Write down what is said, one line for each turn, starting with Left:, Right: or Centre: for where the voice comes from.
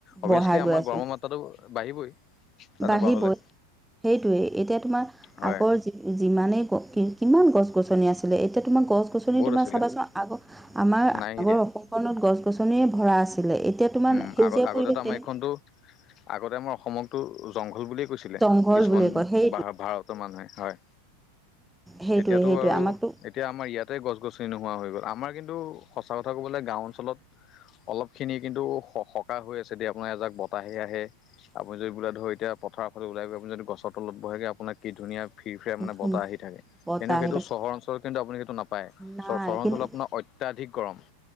Left: অবভিয়াসলি
Centre: বঢ়াই
Left: আমাৰ
Centre: গৈ আছোঁ
Left: গৰম মাত্ৰাটো বাঢ়িবই তেনেকুৱা
Centre: বাঢ়িবই
Left: হ'লে
Centre: সেইটোৱে এতিয়া তোমাৰ
Left: হয়
Centre: আগৰ যি যিমানেই কিমান গছ গছনি আছিলে এতিয়া তোমাৰ গছ গছনি
Left: বহুত
Centre: তোমাৰ
Left: আছিলে
Centre: চাবাচোন আগ আমাৰ
Left: নাই এতিয়া
Centre: আগৰ অসম মত গছ গছনিয়ে ভৰা আছিলে এতিয়া তোমাৰ
Left: উম
Centre: সেউজীয়া
Left: আগত আগতেতো
Centre: পৰিৱেশ
Left: আমাৰ
Centre: তেনে
Left: এইখনতো আগতে আমাৰ অসমকতো জংঘল বুলিয়ে কৈছিলে
Centre: জংঘল
Left: কিছুমান
Centre: বুলি কয় সেইটো
Left: বা ভাৰত ৰ মানুহে
Centre: সেইটোৱে
Left: এতিয়া তো
Centre: সেইটোৱে
Left: আৰু
Centre: আমাকতো
Left: এতিয়া আমাৰ ইয়াতেই গছ গছনি নোহোৱা হৈ গ'ল আমাৰ কিন্তু সঁচা কথা ক'বলে গাও অঞ্চলত অলপ খিনি কিন্তু সকাহ হৈ আছে দে আপোনাৰ এজাক বতাহে আহে আপুনি যদি বোলে ধৰি এতিয়া পথাৰৰ ফালে ওলাই গৈ আপুনি যদি গছৰ তলত বহেগে আপোনাক কি ধুনীয়া ফিৰ ফিৰা মানে
Centre: ধুন
Left: বতাহ আহি থাকে কিন্তু
Centre: বতাহ
Left: সেইটো
Centre: আহি থাকে
Left: চহৰ অঞ্চলত কিন্তু আপুনি সেইটো নাপায়
Centre: নাই
Left: চ চহৰ
Centre: কিন্তু
Left: অঞ্চলত আপোনাৰ অত্যাধিক গৰম